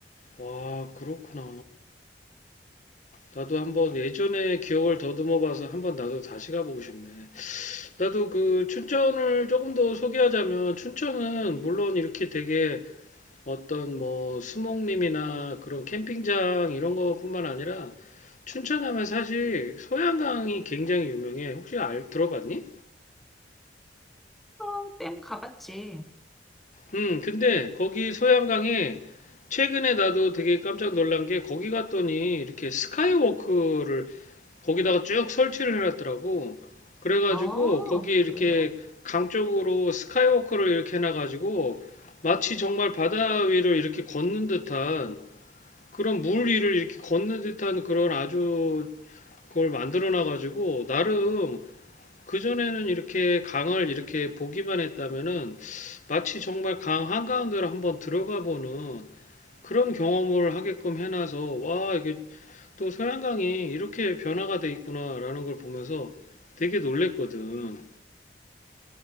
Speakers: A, on the left; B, in the centre.
A: 와, 그렇구나. 나도 한번 예전에 기억을 더듬어 봐서 한번 나도 다시 가보고 싶네. 나도 그 춘천을 조금 더 소개하자면 춘천은 물론 이렇게 되게 어떤 뭐 수목림이나 그런 캠핑장 이런 것뿐만 아니라 춘천 하면 사실 소양강이 굉장히 유명해. 혹시 알 들어봤니?
B: 그럼 가봤지.
A: 음, 근데 거기 소양강에 최근에 나도 되게 깜짝 놀란 게 거기 갔더니 이렇게 스카이워크를 거기다가 쭉 설치를 해놨더라고. 그래가지고
B: 아,
A: 거기 이렇게
B: 그래?
A: 강 쪽으로 스카이워크를 이렇게 해놔가지고 마치 정말 바다 위를 이렇게 걷는 듯한 그런 물 위를 이렇게 걷는 듯한 그런 아주 그걸 만들어 놔 가지고 나름 그전에는 이렇게 강을 이렇게 보기만 했다면은 마치 정말 강 한가운데로 한번 들어가 보는 그런 경험을 하게끔 해놔서 와 이게 또 소양강이 이렇게 변화가 돼 있구나라는 걸 보면서 되게 놀랬거든.